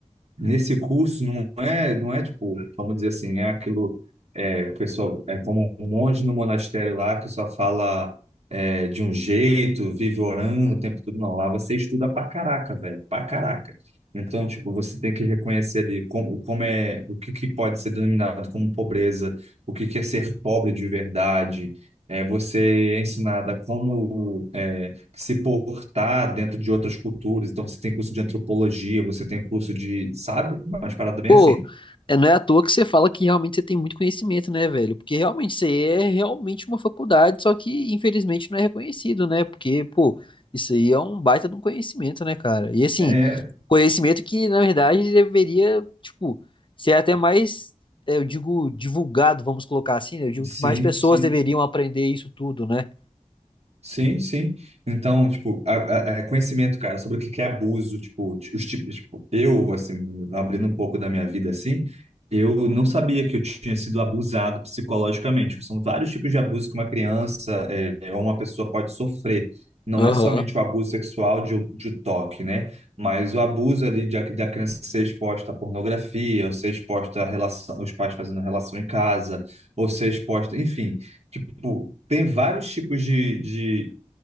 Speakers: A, on the right; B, on the left.
A: Nesse curso não é, não é tipo, vamos dizer assim, é aquilo, é, o pessoal, é como um monge no monastério lá que só fala é, de um jeito, vive orando o tempo todo. Não, lá você estuda pra caraca, velho, pra caraca. Então, tipo, você tem que reconhecer ali como, como é, o que que pode ser denominado como pobreza, o que que é ser pobre de verdade, é, você é ensinada como é, se portar dentro de outras culturas. Então, você tem curso de antropologia, você tem curso de, sabe? Umas paradas bem
B: Pô,
A: assim.
B: é, não é à toa que você fala que realmente você tem muito conhecimento, né, velho? Porque realmente você é realmente uma faculdade, só que infelizmente não é reconhecido, né? Porque, pô, isso aí é um baita de um conhecimento, né, cara? E assim,
A: É,
B: conhecimento que, na verdade, deveria, tipo, ser até mais, é, eu digo, divulgado, vamos colocar assim, né? Eu digo
A: sim,
B: que mais pessoas
A: sim.
B: deveriam aprender isso tudo, né?
A: Sim, sim. Então, tipo, a, a- é conhecimento, cara, sobre o que que é abuso, tipo, ti- os tipos, tipo, eu, assim, abrindo um pouco da minha vida, assim, eu não sabia que eu tinha sido abusado psicologicamente. São vários tipos de abuso que uma criança é, ou uma pessoa pode sofrer. Não
B: Aham.
A: é somente o abuso sexual de, um, de um toque, né? Mas o abuso ali de, a- da criança ser exposta à pornografia, ou ser exposta a relação, os pais fazendo relação em casa, ou ser exposta, enfim tipo, tem vários tipos de, de